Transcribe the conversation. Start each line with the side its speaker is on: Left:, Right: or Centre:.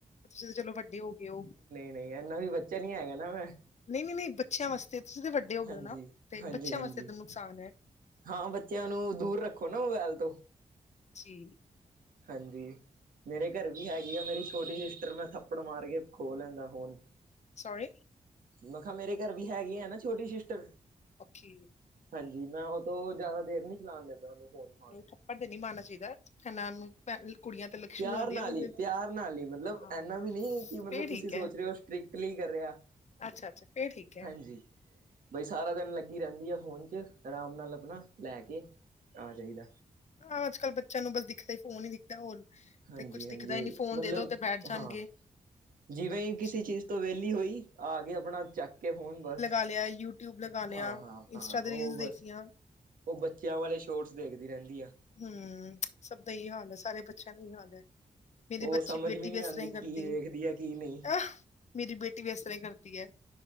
Left: ਤੁਸੀਂ ਚਲੋ ਵੱਡੇ ਹੋ ਗਏ ਓ।
Right: ਨੀ ਇਨਾ ਵੀ ਬੱਚਾ ਨੀ ਹੈਗਾ ਨਾ ਮੈਂ
Left: ਨਈ -ਨਈ -ਨਈ ਬੱਚਿਆਂ ਵਾਸਤੇ ਤੁਸੀਂ ਤਾਂ ਵੱਡੇ ਹੋ ਗੇ
Right: ਹਾਂਜੀ
Left: ਓ ਨਾ, ਤੇ
Right: ਹਾਂਜੀ
Left: ਬੱਚਿਆਂ
Right: ਹਾਂਜੀ
Left: ਵਾਸਤੇ ਨੁਕਸਾਨ ਐ।
Right: ਹਾਂ ਬੱਚਿਆਂ ਨੂੰ ਦੂਰ ਰੱਖੋ ਨਾ ਮੋਬਾਇਲ ਤੋਂ।
Left: ਜੀ
Right: ਹਾਂਜੀ, ਮੇਰੇ ਘਰ ਵੀ ਹੈਗੀ ਆ ਮੇਰੀ ਛੋਟੀ ਸਿਸਟਰ ਮੈਂ ਥੱਪੜ ਮਾਰ ਕੇ ਖੋ ਲੈਂਦਾ ਹੁਣ
Left: ਸੋਰੀ
Right: ਮਖਾਂ ਮੇਰੇ ਘਰ ਵੀ ਹੈਗੇ ਹੈ ਨਾ ਛੋਟੀ ਸਿਸਟਰ-
Left: ਓਕੇ
Right: ਹਾਂਜੀ, ਮੈਂ ਉਹ ਤੋਂ ਜ਼ਿਆਦਾ ਦੇਰ ਨੀ ਚਲਾਉਣ ਦੈਂਦਾ ਉਹਨੂੰ ਫੋਨ। ਫਾਨ
Left: ਨਹੀਂ ਥੱਪੜ ਤੇ ਨੀ ਮਾਰਨਾ ਚਾਹੀਦਾ ਇਹਨਾ ਨੂੰ ਭੈ ਕੁੜੀਆਂ ਤੇ ਲਕਸ਼ਮੀ
Right: ਪਿਆਰ
Left: ਆਉਂਦੀਆਂ
Right: ਨਾਲ
Left: ਉਹਦੇ
Right: ਈ ਪਿਆਰ ਨਾਲ ਈ ਮਤਲਬ
Left: ਹਾਂ
Right: ਇਨਾ ਵੀ ਨਹੀਂ ਕਿ
Left: ਫੇਰ
Right: ਮਤਲਬ ਤੁਸੀਂ
Left: ਠੀਕ
Right: ਸੋਚ
Left: ਹੈ
Right: ਰਹੇ ਹੋ ਸਟ੍ਰਿਕਟਲੀ ਕਰ ਰਿਹਾ।
Left: ਅੱਛਾ ਅੱਛਾ ਫੇਰ ਠੀਕ ਐ।
Right: ਹਾਂਜੀ ਬਈ ਸਾਰਾ ਦਿਨ ਲੱਗੀ ਰਹਿੰਦੀ ਆ ਫੋਨ ਚ ਆਰਾਮ ਨਾਲ ਆਪਣਾ ਲੈ ਕੇ, ਆ ਜਾਈਦਾ।
Left: ਹਾਂ ਅੱਜ ਕੱਲ ਬੱਚਿਆਂ ਨੂੰ ਬਸ ਦਿਖਦਾ ਹੀ ਫੋਨ ਹੀ ਦਿਖਦਾ ਹੋਰ
Right: ਹਾਂਜੀ
Left: ਤੇ ਕੁੱਛ ਦਿਖਦਾ
Right: ਹਾਂਜੀ
Left: ਹੀ ਨਹੀਂ ਫੋਨ
Right: ਮਤਲਬ
Left: ਦੇ ਦੋ ਤੇ ਬੈਠ ਜਾਣਗੇ
Right: ਹਾਂ, ਜਿਵੇਂ ਹੀ ਕਿਸੇ
Left: ਅੱਛਾ
Right: ਚੀਜ਼ ਤੋ ਵੇਲੀ ਹੋਈ ਆ ਕੇ ਆਪਣਾ ਚੱਕ ਕੇ ਫੋਨ ਬਸ
Left: ਅ ਲੈ ਆਈ ਯੂਟਿਊਬ ਲਗਾ
Right: ਹਾਂ
Left: ਲਿਆ
Right: ਹਾਂ ਹਾਂ
Left: ਇੰਸਟਾ
Right: ਉਹ
Left: ਤੇ ਰੀਲਸ
Right: ਬਸ,
Left: ਦੇਖ ਲਈਆਂ
Right: ਉਹ ਬੱਚਿਆਂ ਵਾਲੇ ਸ਼ੋਰਟਸ ਦੇਖਦੀ ਰਹਿੰਦੀ ਆ।
Left: ਹੂੰ ਸਭ ਦਾ ਹੀ ਹਾਲ ਹੈ, ਸਾਰੇ ਬੱਚਿਆਂ ਦਾ ਹੀ ਹਾਲ ਹੈ। ਮੇਰੀ
Right: ਉਹ
Left: ਬੱਚੀ
Right: ਸਮਝ
Left: ਬੇਟੀ
Right: ਨਹੀਂ
Left: ਵੀ ਇਸ
Right: ਆਉਂਦੀ
Left: ਤਰ੍ਹਾਂ ਹੀ ਕਰਦੀ
Right: ਕੀ ਵੇਖਦੀ ਆ ਕੀ ਨਹੀਂ
Left: ਐ, ਮੇਰੀ ਬੇਟੀ ਵੀ ਤਰ੍ਹਾਂ ਹੀ ਕਰਦੀ ਐ।